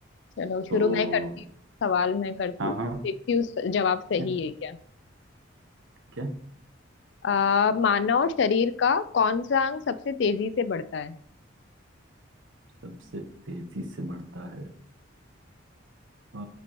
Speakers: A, on the left; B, on the right.
A: चलो शुरू
B: तो
A: मैं करती हूँ सवाल मैं करती
B: हाँ
A: हूँ
B: हाँ
A: देखती हूँ स- जवाब
B: क्या
A: सही है क्या
B: क्या
A: <laughs> अ, मानव शरीर का कौन सा अंग सबसे तेजी से बढ़ता है
B: सबसे तेजी से बढ़ता है अ,